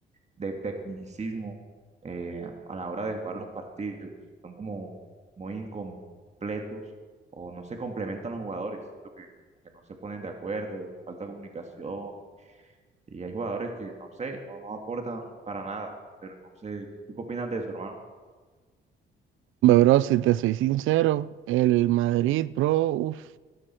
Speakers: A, on the right; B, on the right.
A: de tecnicismo eh, a la hora de jugar los partidos. Son como muy incompletos o no se complementan los jugadores. Siento que, que no se ponen de acuerdo, falta comunicación. Y hay jugadores que, no sé, no, no aportan para nada. Pero no sé, ¿qué- ¿tú qué opinas de eso, hermano?
B: Hombre, Bro, si te soy sincero, el Madrid, bro, uff,